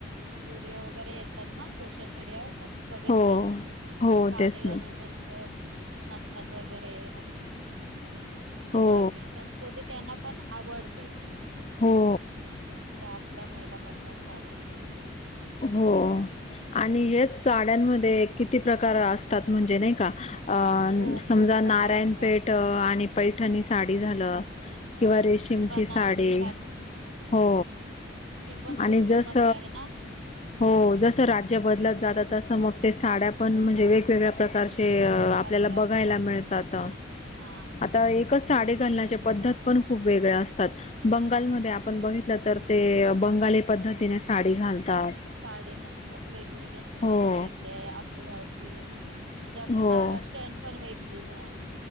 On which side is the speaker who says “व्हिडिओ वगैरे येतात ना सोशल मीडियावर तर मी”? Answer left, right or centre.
Right